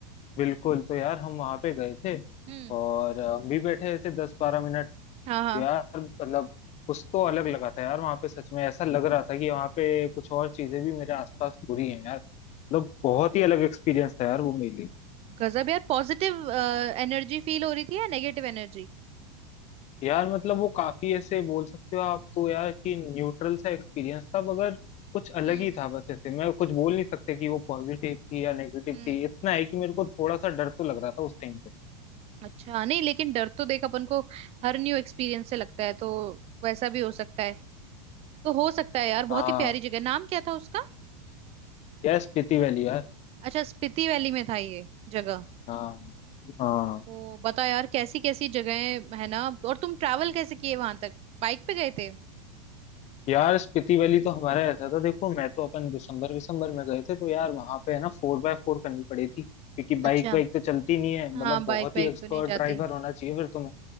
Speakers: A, on the left; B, on the right.
A: बिल्कुल तो यार हम वहां पे गए थे
B: हम्म
A: और अ, हम भी बैठे ऐसे दस बारह मिनट
B: हाँ हाँ
A: तो यार मतलब कुछ तो अलग लगा था यार वहां पे सच में ऐसा लग रहा था कि वहां पे कुछ और चीजें भी मेरे आसपास हो रही हैं यार मतलब बहुत ही अलग एक्सपीरियंस था यार वो मेरे लिए
B: गजब यार पॉजिटिव एनर्जी फील हो रही थी या नेगेटिव एनर्जी
A: यार मतलब वो काफी ऐसे बोल सकते हो आप तो यार कि न्यूट्रल सा एक्सपीरियंस था मगर कुछ अलग
B: हम्म
A: ही था बस ऐसे मैं कुछ बोल नहीं सकते कि वो पॉजिटिव थी या नेगेटिव
B: हम्म
A: थी इतना है कि मेरे को थोड़ा सा डर तो लग रहा था उस टाइम
B: अच्छा नहीं लेकिन डर तो देख अपन को हर न्यू एक्सपीरियंस से लगता है तो वैसा भी हो सकता है तो हो सकता है यार
A: हाँ
B: बहुत ही प्यारी जगह नाम क्या था उसका
A: यार स्पीति वैली यार
B: अच्छा स्पीति वैली में था ये जगह
A: हाँ हाँ
B: ओ बता यार कैसी कैसी जगहें है ना और तुम ट्रैवल कैसे किए वहां तक बाइक पे गए थे
A: यार स्पीति वैली तो हमारा ऐसा था देखो मैं तो अपन दिसंबर दिसंबर में गए थे तो यार वहां पे है ना फोर बाय फोर करनी पड़ी थी क्योंकि बाइक
B: अच्छा
A: वाइक तो चलती नहीं है
B: हाँ
A: मतलब
B: बाइक
A: बहुत
B: बाइक
A: ही एक्सपर्ट
B: तो नहीं जाती
A: ड्राइवर होना चाहिए फिर तुम्हें